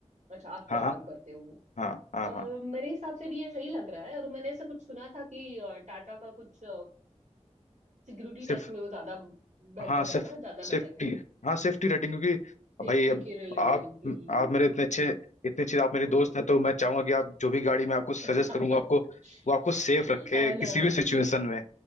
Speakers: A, on the right; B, on the left.
A: अच्छा आप प्रेफर
B: हाँ हाँ
A: करते हो वो
B: हाँ हाँ
A: अ,
B: हाँ
A: मेरे हिसाब से भी ये सही लग रहा है और मैंने ऐसा कुछ सुना था कि अ, टाटा का कुछ सिक्योरिटी
B: सिर्फ
A: टेस्ट में वो ज्यादा बेहतर
B: हाँ सिर्फ
A: है ना ज्यादा
B: सेफ्टी
A: बेटर है
B: हाँ सेफ्टी रेटिंग क्योंकि
A: सेफ्टी
B: भाई अब
A: के रिलेटेड
B: आप
A: भी
B: आप
A: है
B: मेरे
A: ना
B: इतने अच्छे इतने अच्छे आप मेरे
A: तो
B: दोस्त हैं तो मैं चाहूंगा कि आप जो भी गाड़ी मैं आपको सजेस्ट
A: <laughs>
B: करूंगा आपको वो आपको सेफ रखे
A: हाँ
B: किसी
A: ना
B: भी सिचुएशन में